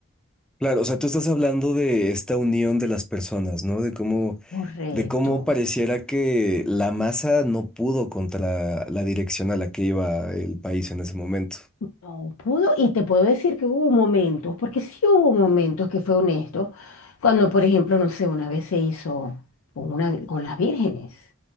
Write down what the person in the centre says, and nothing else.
Claro, o sea, tú estás hablando de esta unión de las personas, ¿no? De cómo,
de cómo pareciera que la masa no pudo contra la dirección a la que iba el país en ese momento.